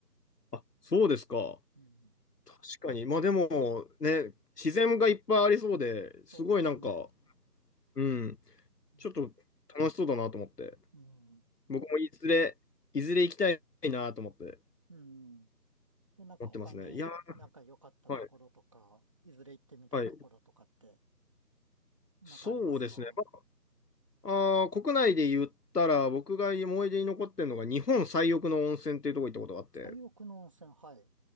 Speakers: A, on the left; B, on the right.
A: あ、そうですか。
B: うん、
A: 確かに。まあでも、ね、自然がいっぱいありそうで、
B: そうですね。
A: すごいなんか、うん、
B: うん、
A: ちょっと楽しそうだなと思って。
B: うん、
A: 僕もいずれ、いずれ行きたいなと思って、
B: うん。で、なんか他になんか良かったところとか、
A: 思ってますね。いや、はい、
B: いずれ行ってみたいところとかって、
A: はい。
B: なんかありますか
A: そうですね。まあ、あー国内で言ったら、僕が思い出に残ってるのが、日本最奥の温泉っていうとこ行ったことがあって、
B: 最奥の温泉、はい。